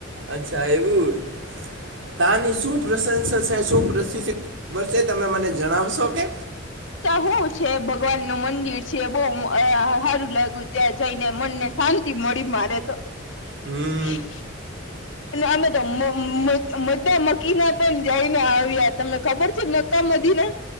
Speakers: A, on the right (about 70°); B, on the left (about 70°).
A: અચ્છા એવું તાની શૂ પ્રશંસા છે શુ પ્રસીસ તમે મને જણાવશો કે.
B: તા હુ છે ભગવાન નું મંદિર છે બહુ હારું લાગ્યું ત્યાં જઈને મનને. શાંતિ મળી મારે તો.
A: હમ્મ.
B: <inaudible> અમે તો મો-મો-મોદ્દા મકીના પણ જઈને આવ્યા તમને ખબર છે મક્કા મદીના.